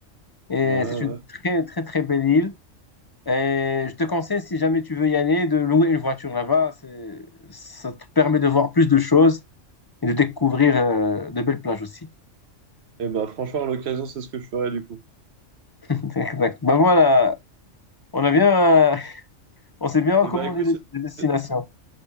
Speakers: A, on the left; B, on the right.
A: Et
B: Ouais, ouais.
A: c'est une très, très, très belle île. Et je te conseille, si jamais tu veux y aller, de louer une voiture là-bas. C'est- Ça te permet de voir plus de choses et de découvrir euh, de belles plages aussi.
B: Et bah, franchement, à l'occasion, c'est ce que je ferai du coup.
A: Exact. Ben voilà, on a bien, euh, <laughs> on s'est bien recommandé
B: Et bah, écoute,
A: des
B: c'était
A: des destinations.